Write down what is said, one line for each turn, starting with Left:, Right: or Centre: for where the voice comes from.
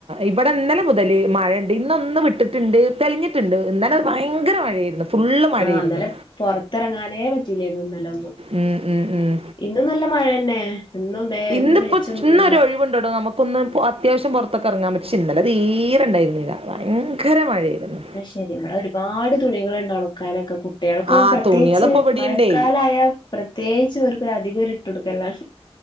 Right: ഇവിടെ ഇന്നലെ മുതല് മഴയുണ്ട് ഇന്നൊന്ന് വിട്ടിട്ടുണ്ട് തെളിഞ്ഞിട്ടുണ്ട് ഇന്നലെ ഭയങ്കര മഴയായിരുന്നു ഫുള്ള് മഴയായിരുന്നു
Left: ആഹാ അന്നേരം പൊറത്തിറങ്ങാനേ പറ്റില്ലായിരുന്നു ഇന്നലെ ഒന്നും
Right: ഉം ഉം ഉം
Left: ഇന്നും നല്ല മഴ തന്നെ ഇന്നും ഇതേ
Right: ഇന്നിപ്പോ
Left: ഇന്നും വെളിച്ചൊന്നുല്ല
Right: ഇന്നൊരു ഒഴിവുണ്ടടോ നമുക്ക്- ഇന്ന് അത്യാവശ്യം പൊറത്തൊക്കെ ഇറങ്ങാൻ പറ്റി ഇന്നലെ തീരെ ഉണ്ടായിരുന്നില്ല ഭയങ്കര മഴയായിരുന്നു
Left: ശരി ഇവിടെ ഒരുപാട് തുണികള്ണ്ട് ഒണക്കാനൊക്കെ കുഞ്ഞിന്റെ - കുട്ടികൾക്ക്
Right: ആ
Left: പ്രത്യേകിച്ച്
Right: തുണികൾ ഇപ്പൊ ഇവിടെ
Left: മഴക്കാലയാൽ
Right: ഉണ്ടേ
Left: പ്രത്യേകിച്ച് അവർക്കരു അധികം ഇട്ട് കൊടുക്കല്ലാണ്